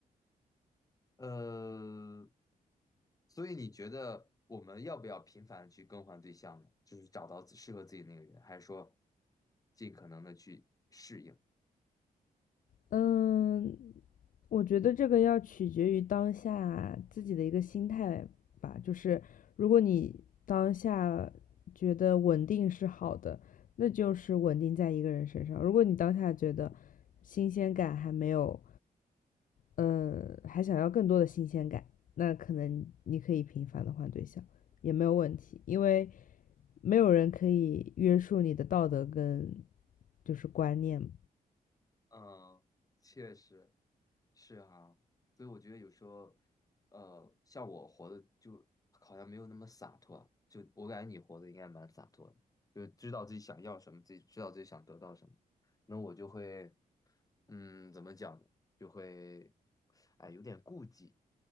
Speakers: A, on the left; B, on the left.
A: 呃，所以你觉得我们要不要频繁地去更换对象呢？就是找到自适合自己那个人，还是说尽可能的去适应？
B: 嗯，我觉得这个要取决于当下自己的一个心态吧。就是如果你当下觉得稳定是好的，那就是稳定在一个人身上；如果你当下觉得新鲜感还没有，嗯，还想要更多的新鲜感，那可能你可以频繁的换对象，也没有问题，因为没有人可以约束你的道德跟就是观念嘛
A: 嗯，确实是啊，所以我觉得有时候，呃，像我活的就好像没有那么洒脱，就我感觉你活的应该蛮洒脱的，就是知道自己想要什么，自己知道自己想得到什么。那我就会，嗯，怎么讲呢就会，哎，有点顾忌，